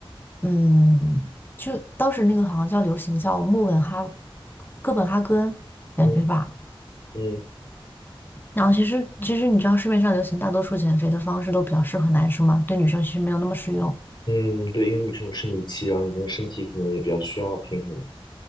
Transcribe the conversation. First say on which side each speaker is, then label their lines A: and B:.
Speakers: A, on the left (about 20°); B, on the left (about 50°).
A: 嗯，就当时那个好像叫流行叫穆根哈哥本哈根减肥法。
B: 嗯嗯
A: 然后其实其实你知道市面上流行大多数减肥的方式都比较适合男生嘛，对女生其实没有那么适用。
B: 嗯，对，因为女生有生理期，然后女生的身体可能也比较需要平衡。